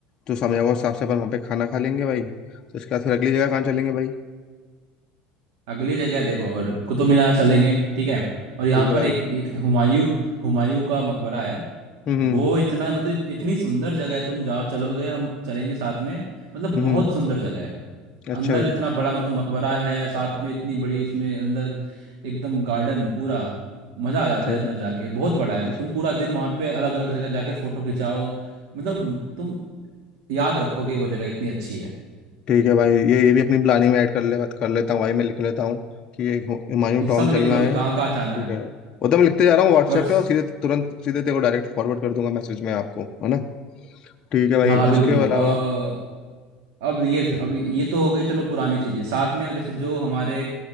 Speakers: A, on the left; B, on the right.
A: जो समय होगा उस हिसाब से अपन वहाँ पे खाना खा लेंगे भाई तो उसके बाद फिर अगली जगह कहाँ चलेंगे भाई
B: अगली जगह है, देखो और कुतुब मीनार चलेंगे ठीक है
A: ठीक
B: और यहाँ
A: है
B: पर
A: भाई
B: एक एक हुमायूं हुमायूं का मकबरा है
A: हम्म
B: वो इतना मतलब इतनी सुंदर जगह है तुम जाओ चलोगे हम चलेंगे साथ में मतलब
A: हम्म
B: बहुत सुंदर जगह है
A: अच्छा
B: अंदर
A: भाई
B: इतना बड़ा मतलब मकबरा है साथ में इतनी बड़ी उसमें अंदर एकदम गार्डन पूरा मजा आ जाता
A: अच्छा
B: है
A: बताओ
B: अंदर जाके बहुत बड़ा है
A: अच्छा,
B: तुम पूरा दिन वहां पे अलग अलग जगह जाके फोटो खिंचाओ मतलब तुम याद रखोगे वो जगह इतनी अच्छी है
A: ठीक है भाई ये ये भी अपनी प्लानिंग में ऐड कर ले कर लेता हूँ भाई मैं लिख लेता हूँ कि एक हुमायूं
B: ये
A: टॉम
B: सब
A: चलना
B: लिख लो
A: है
B: कहाँ
A: ठीक
B: कहाँ जाना है
A: है वो तो मैं लिखते जा रहा हूँ व्हाट्सएप
B: और
A: पे और सीधे तुरंत सीधे तेरे को डायरेक्ट फॉरवर्ड कर दूंगा मैसेज में आपको है ना ठीक है भाई
B: हाँ बिल्कुल
A: उसके अलावा
B: अ, अब ये अब ये तो हो गई चलो पुरानी चीजें साथ में जैसे जो हमारे